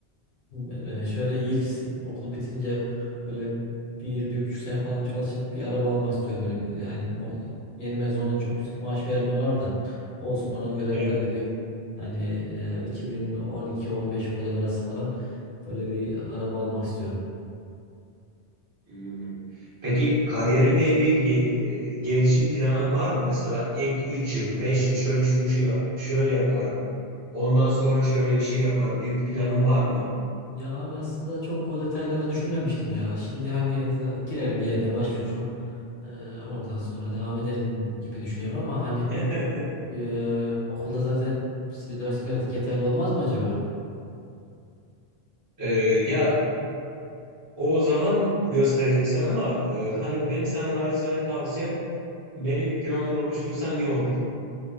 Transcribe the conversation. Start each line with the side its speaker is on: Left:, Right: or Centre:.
Left: eee, şöyle ilk s- okul bitince böyle bir, bir buçuk sene falan çalışıp bir araba almak istiyorum. Böyle bir, yani ma- yeni mezun olunca çok yüksek maaş vermiyorlar da olsun ona göre
Right: Evet.
Left: böyle bir hani eee, 2012-15 model arası falan böyle bir araba almak istiyorum.
Right: Hmm. Peki kariyerinle ilgili bir ge- e, gelişim planın var mı? Mesela ilk 3 yıl, 5 yıl şöyle şunu şey, şöyle yaparım. Ondan sonra şöyle bir şey yaparım gibi bir planın var mı?
Left: Ya abi aslında çok o detayları düşünmemiştim ya. Şimdi hani za- girerim bir yerde başvururum. Eee, oradan sonra devam ederim gibi düşünüyorum ama hani
Right: <laughs>
Left: Ee, okulda zaten bir ders gördük. Yeterli olmaz mı acaba?
Right: Ee, ya o zaman göstereceksin ama e, hani benim sana naçizane tavsiyem böyle bir planlar oluştursan iyi olur.